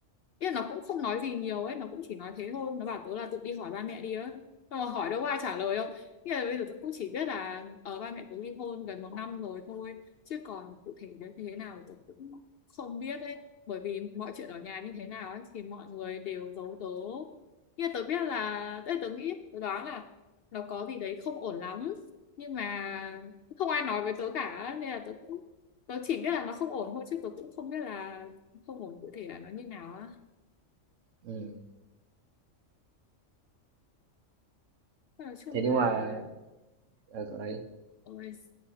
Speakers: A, on the left; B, on the right.
A: Ý là nó cũng không nói gì nhiều ấy nó cũng chỉ nói thế thôi nó bảo tớ là tự đi hỏi ba mẹ đi á xong rồi hỏi đâu có ai trả lời đâu Ý là bây giờ tớ cũng chỉ biết là ở ba mẹ tớ ly hôn gần một năm rồi thôi chứ còn cụ thể đến như thế nào thì tớ cũng không biết ấy bởi vì mọi chuyện ở nhà như thế nào ấy thì mọi người đều giấu tớ Ý là tớ biết là tớ, tớ nghĩ tớ đoán là nó có gì đấy không ổn lắm nhưng mà không ai nói với tớ cả nên là tớ cũng tớ chỉ biết là nó không ổn thôi chứ tớ cũng không biết là không ổn cụ thể là nó như nào á
B: Ừ.
A: Nói chung
B: Thế
A: là
B: nhưng mà ờ, cậu nói đi.
A: ôi,